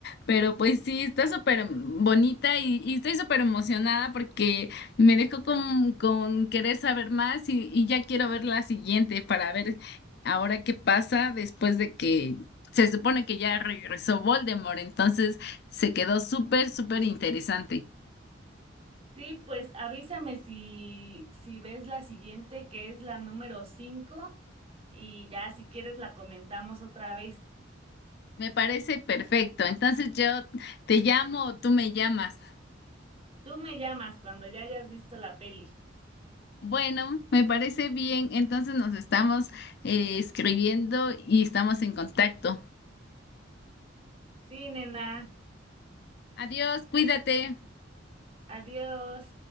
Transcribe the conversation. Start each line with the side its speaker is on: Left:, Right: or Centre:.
Left: pero pues sí, está súper bonita y, y estoy súper emocionada porque... Me dejó con, con querer saber más y, y ya quiero ver la siguiente para ver ahora qué pasa después de que se supone que ya regresó Voldemort, entonces se quedó súper, súper interesante.
Right: Sí, pues avísame si, si ves la siguiente, que es la número 5 y ya si quieres la comentamos otra vez.
Left: Me parece perfecto, entonces yo te llamo o tú me llamas.
Right: Tú me llamas cuando ya hayas visto la peli.
Left: Bueno, me parece bien, entonces nos estamos eh, escribiendo y estamos en contacto.
Right: Sí, nena.
Left: Adiós, cuídate.
Right: Adiós.